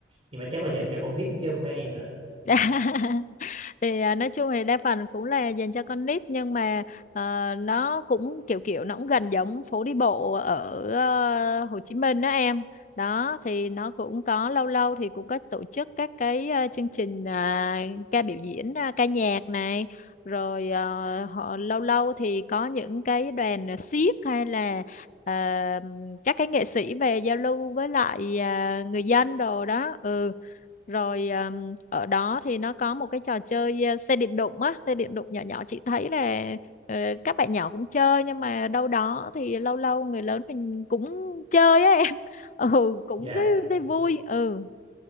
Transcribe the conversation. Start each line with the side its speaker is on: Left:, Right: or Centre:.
Right: nhưng mà chắc là dành cho con nít chứ không phải em rồi.
Left: <laughs> thì à, nói chung thì đa phần cũng là dành cho con nít nhưng mà ờ, nó cũng kiểu kiểu nó cũng gần giống phố đi bộ ở ờ, Hồ Chí Minh đó em đó thì nó cũng có lâu lâu thì cũng có tổ chức các cái ờ, chương trình à, ca biểu diễn à, ca nhạc này rồi ờ, họ lâu lâu thì có những cái đoàn xiếc hay là ờ, các cái nghệ sĩ về giao lưu với lại à, người dân đồ đó ừ rồi ờ, ở đó thì nó có một cái trò chơi ờ, xe điện đụng á xe điện đụng nhỏ nhỏ chị thấy là ờ, các bạn nhỏ cũng chơi nhưng mà đâu đó thì lâu lâu người lớn mình cũng chơi á em <laughs> ừ cũng
Right: Dạ
Left: thấy, thấy vui ừ